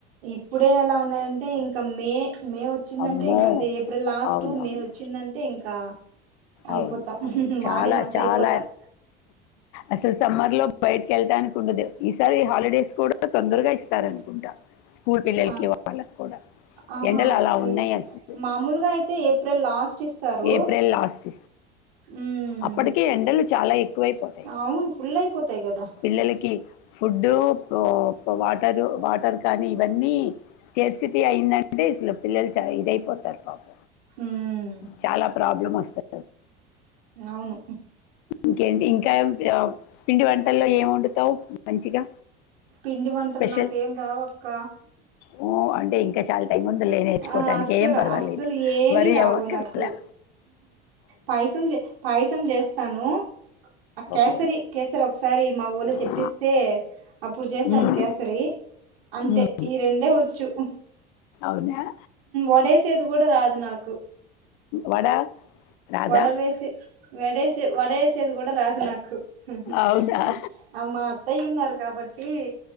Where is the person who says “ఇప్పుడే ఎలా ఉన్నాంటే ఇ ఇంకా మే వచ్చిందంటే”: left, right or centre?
Right